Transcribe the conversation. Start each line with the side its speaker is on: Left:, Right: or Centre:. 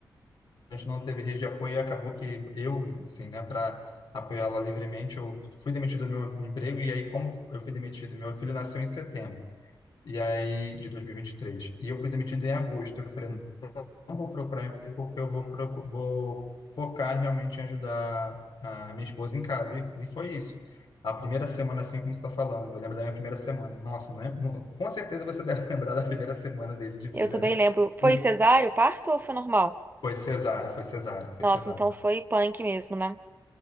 Left: a gente não teve rede de apoio e acabou que eu, sim, né, para apoiá-la livremente, eu fui demitido do meu emprego e aí, como eu fui demitido, meu filho nasceu em setembro, e aí, de dois mil e e vinte e três e eu fui demitido em agosto. Eu falei, não vou procurar emprego porque eu vou, procu- vou focar realmente em ajudar a minha esposa em casa. E, e foi isso. A primeira semana, assim como você está falando, eu lembro da minha primeira semana. Nossa, não lembro, não- com certeza você deve <laughs> lembrar da primeira semana dele de vida,
Right: Eu também
Left: né?
Right: lembro,
Left: O,
Right: foi cesárea, o parto ou foi normal?
Left: foi cesárea, foi cesárea, foi
Right: Nossa,
Left: cesárea.
Right: então foi punk mesmo, né?